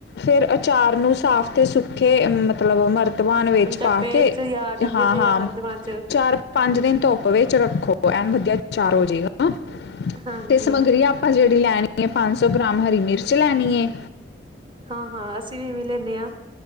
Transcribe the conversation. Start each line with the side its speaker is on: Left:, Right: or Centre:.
Left: ਫੇਰ ਅਚਾਰ ਨੂੰ ਸਾਫ਼ ਤੇ ਸੁੱਖੇ ਮਤਲਬ ਮਰ ਧਵਾਨ ਵਿੱਚ
Right: ਡੱਬੇ
Left: ਪਾ ਕੇ,
Right: ਚ ਜਾਂ ਡੱਬੇ
Left: ਹਾਂ-ਹਾਂ
Right: ਚ ਜਾਂ ਮਰਤਬਾਨ ਚ
Left: ਚਾਰ ਪਾੰਜ ਦਿਨ ਧੋੱਪ ਵਿੱਚ ਰੱਖੋ ਐਨ ਵਦੀਆ ਚਾਰ ਹੋ ਜੇਗਾ,
Right: ਹਾਂਜੀ
Left: ਤੇ ਸਮੱਗਰੀ ਆਪ ਆਪਾਂ ਜੇੜੀ ਲੈਣੀ ਏ ਪਾੰਜ ਸੌ ਗ੍ਰਾਮ ਹਰੀ ਮਿਰਚ ਲੈਨੀ ਏ
Right: ਹਾਂ, ਹਾਂ ਅਸੀਂ ਵੀ ਵੇਲੇ ਹੂਨੇ ਆਂ